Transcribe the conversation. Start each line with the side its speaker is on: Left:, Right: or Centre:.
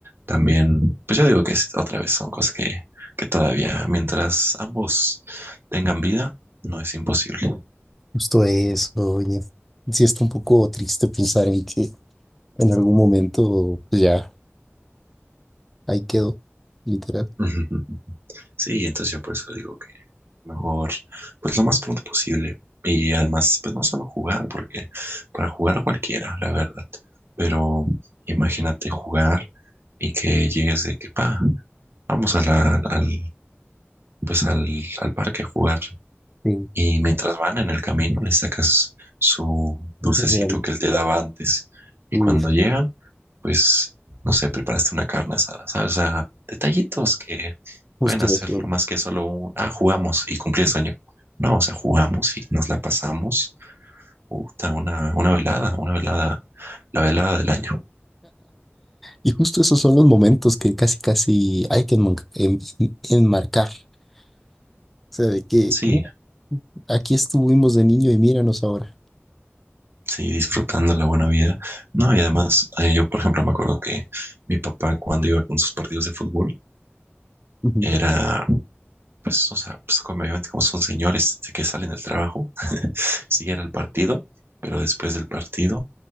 Right: también, pues yo digo que es- otra vez son cosas que, que todavía, mientras ambos tengan vida, no es imposible. <laughs>
Centre: justo eso, oye. Sí, está un poco triste pensar en que en algún momento, pues ya, ahí quedó, literal.
Right: Ujú. Sí, entonces yo por eso digo que mejor, pues lo más pronto posible. Y además, pues no solo jugar, porque para jugar cualquiera, la verdad. Pero imagínate jugar y que llegues de que, pa, vamos a la, al, pues al, al parque a jugar.
Centre: Sí,
Right: Y mientras van en el camino, le sacas su dulcecito
Centre: justo real.
Right: que él te daba antes. Y
Centre: Uf,
Right: cuando llegan, pues, no sé, preparaste una carne asada, ¿sabes? O sea, detallitos que
Centre: justo
Right: pueden hacerlo
Centre: eso.
Right: más que solo un, ah, jugamos y cumplí el sueño. No, o sea, jugamos y nos la pasamos. Puta, una, una velada, una velada, la velada del año.
Centre: Y justo esos son los momentos que casi, casi hay que enman- en- en- enmarcar. O sea, de que
Right: Sí,
Centre: mira, aquí estuvimos de niño y míranos ahora.
Right: sí, disfrutando la buena vida. No, y además, eh, yo, por ejemplo, me acuerdo que mi papá, cuando iba con sus partidos de fútbol,
Centre: Ujú.
Right: era pues, o sea, pues como obviamente como son señores de que salen del trabajo, siguen al partido, pero después del partido